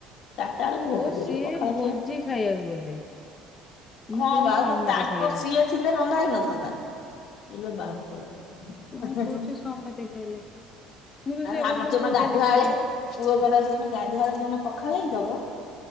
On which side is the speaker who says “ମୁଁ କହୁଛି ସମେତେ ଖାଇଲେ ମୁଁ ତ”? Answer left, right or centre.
Left